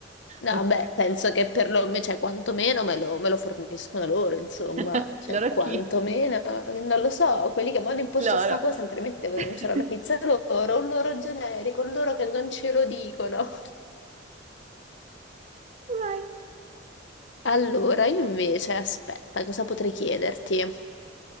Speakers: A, on the left; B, on the right.
A: No,
B: Ok.
A: beh, penso che per lo, cioè, quantomeno me lo, me lo forniscono loro, insomma,
B: <laughs>
A: cioè,
B: Loro
A: quantomeno,
B: chi?
A: non lo so, quelli che mi hanno imposto
B: Loro.
A: sta cosa, altrimenti devo denunciare
B: <laughs>
A: la pizza loro, un loro generico, un loro che non ce lo dicono.
B: Vai.
A: Allora, io invece, aspetta, cosa potrei chiederti?